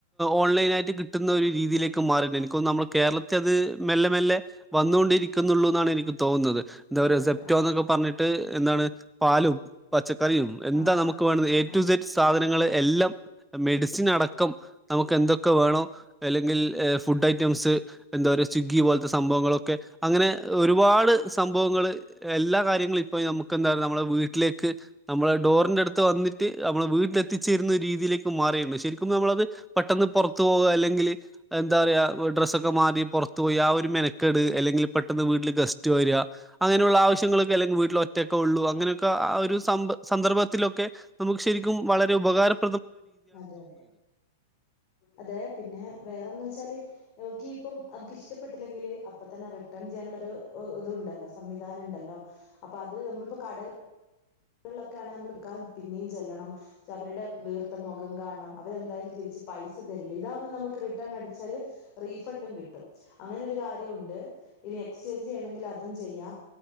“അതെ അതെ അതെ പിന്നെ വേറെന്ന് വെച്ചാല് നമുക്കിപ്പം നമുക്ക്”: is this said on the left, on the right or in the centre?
Left